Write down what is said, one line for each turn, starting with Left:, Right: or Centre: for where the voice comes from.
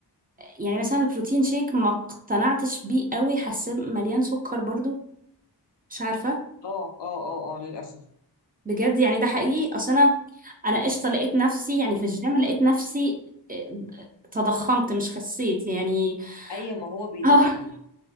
Right: يعني مثلا البروتين شيك ما اقتنعتش بيه قوي حاسه مليان سكر برضو مش عارفه
Left: اه اه اه اه للاسف
Right: بجد يعني ده حقيقي اصل انا انا قشطه لقيت نفسي يعني في الجيم لقيت نفسي آه، تضخمت مش خسيت يعني
Left: اي ما هو بيضخم
Right: <laughs> اه